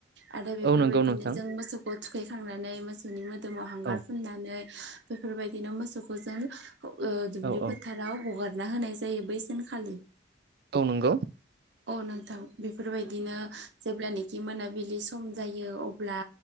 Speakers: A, on the right; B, on the right.
A: आरो बेफोरबायदिनो
B: नंगौ नोंथां
A: जों मोसौखौ थुखैखांनानै मोसौनि मोदोमाव हांगार
B: औ
A: फुननानै बेफोरबायदिनो मोसौखौ जों दुब्लि
B: औ औ
A: याव हगारना होनाय जायो बैसानखालि।
B: औ नोंगौ।
A: औ नोंथां बेफोरबायदिनो जेब्लानाखि मोनाबिलि सम जायो अ अब्ला